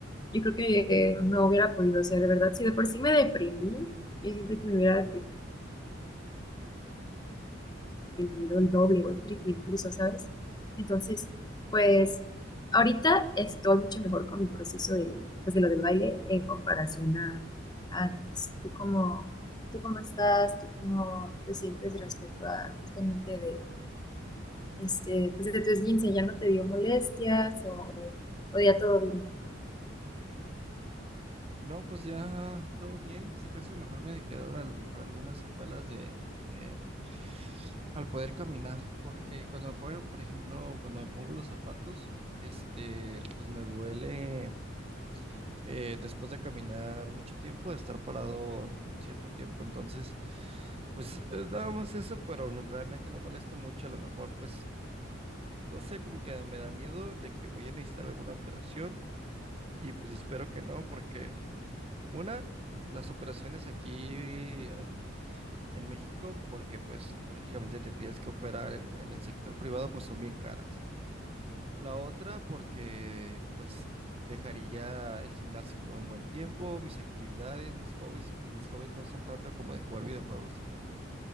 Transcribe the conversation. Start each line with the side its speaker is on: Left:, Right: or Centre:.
Left: yo creo que eh, no hubiera podido, o sea, de verdad, si de por sí me deprimí, yo siento que me hubiera deprimido el doble o el triple incluso, ¿sabes? Entonces, pues ahorita estoy mucho mejor con mi proceso de, pues, de lo del baile en comparación a, a antes. ¿Tú cómo, tú cómo estás? ¿Tú cómo te sientes respecto a justamente de, este, pues de tu esguince? ¿Ya no te dio molestias o, o ya todo bien?
Right: No, pues ya todo bien. Si acaso a lo mejor me quedaron a lo mejor algunas secuelas de el, al poder caminar, porque cuando me pongo, por ejemplo, cuando me pongo los zapatos, este, pues me duele eh, después de caminar mucho tiempo, de estar parado cierto tiempo. Entonces, pues es nada más eso, pero no- realmente no molesta mucho. A lo mejor, pues, no sé, como que me da miedo de que vaya a necesitar alguna operación y pues espero que no, porque una, las operaciones aquí en, en México, porque pues prácticamente te tienes que operar en, en el sector privado, pues son bien caras. La otra, porque pues dejaría el gimnasio por un buen tiempo, mis actividades, mis hobbies, y pues mis hobbies no son tanto como de jugar videojuegos, sino pues